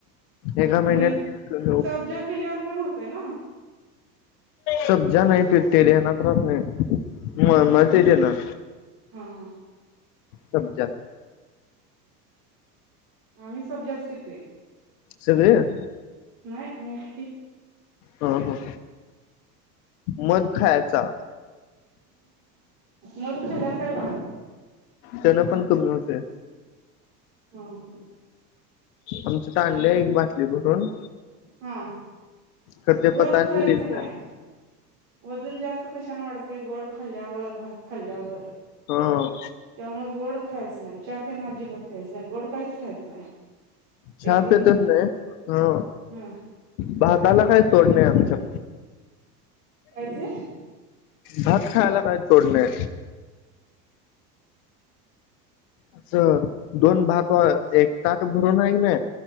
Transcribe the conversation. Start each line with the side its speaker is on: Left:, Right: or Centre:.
Left: एका महिन्यात
Right: आणि सब्जा पिल्यावर पण होतय नवं?
Left: सबजा नाही पितं ध्यानात राहत नाही मळं मळं ते तेनं
Right: हा हा
Left: सबजा नं
Right: आम्ही सब जास्त पित आहे
Left: सगळं
Right: नाही मी एकटी
Left: हा हा मध खायचा
Right: मग तु खाल्ल्यावर काय होतं
Left: त्यांना पण कमी होते
Right: हा हा
Left: आमच्यात आणल्या
Right: मध
Left: एक बाटले भरून
Right: हा
Left: खर ते
Right: गोड
Left: पतांजली
Right: खायचं
Left: आहे
Right: नाही वजन जास्त कशाने वाढते गोड खाल्ल्यावर भात खल्ल्यावर
Left: हो
Right: त्यामुळे गोड खायच नाही चां त्याना अजिबात घ्यायचं नाही गोड काहीच खायचं नाही
Left: चहा
Right: एक तीन
Left: पीतच
Right: महिने
Left: नाही भा
Right: ह
Left: भातला काय तोडलंय आमच्या
Right: काय ते
Left: भात खाला काय पोडणे असं दोन भात एक ताट भरून आहे ना